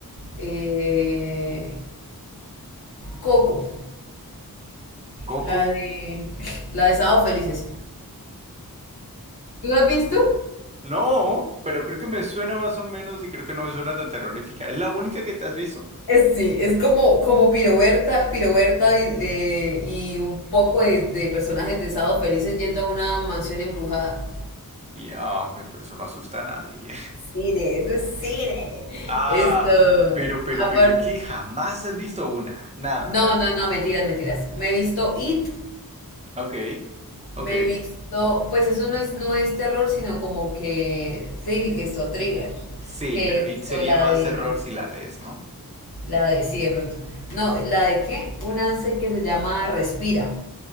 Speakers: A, on the left; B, on the right.
A: Eh, Coco.
B: ¿Coco?
A: La de. La de Sábado Felices. ¿Tú la has visto?
B: No, pero creo que me suena más o menos y creo que no me suena tan terrorífica. ¿Es la única que te has visto?
A: Es, sí, es como, como Piroberta, Piroberta y, eh, y un poco de, de personajes de Sábado Felices yendo a una mansión embrujada.
B: Ya, pero eso no asusta a nadie.
A: Cine, eso es cine.
B: Ah,
A: Esto.
B: pero, pero,
A: Aparte.
B: pero es que jamás has visto una, nada.
A: No, no, no, mentiras, mentiras. Me he visto It,
B: Ok,
A: me
B: ok.
A: he visto. Pues eso no es, no es terror, sino como que. thrill- esto, thriller.
B: Sí,
A: Que
B: pero
A: es
B: y sería
A: esto, la
B: más
A: de.
B: error si la lees, ¿no?
A: La de, sí, de pronto. No, la de qué? Un ANSE que se llama Respira,